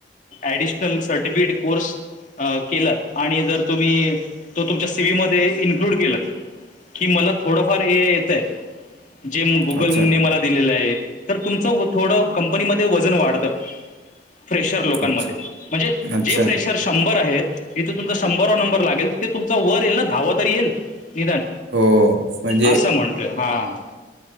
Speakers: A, on the left; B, on the right.
A: ऍडिशनल सर्टिफिकेट कोर्स <inaudible> हा केलात आणि जर तुम्ही तो तुमच्या सीवी मध्ये इन्क्लूड केलात <inaudible> की मला थोडंफार ए आय येतंय जे गुगल
B: अच्छा
A: ने मला दिलेलं आहे तर तुमचं थोडं कंपनीमध्ये वजन वाढत. <inaudible> फ्रेशर लोकांन
B: अच्छा
A: <inaudible> मध्ये म्हणजे
B: अच्छा
A: जे फ्रेश तर शंभर आहेत. जिथे तुमचा शंभरावा नंबर लागेल तिथे तुमचा वर येईल, ना दहावा <inaudible> तरी येईल, निदान
B: हो, म्हणजे
A: असं म्हणतोय हा <inaudible>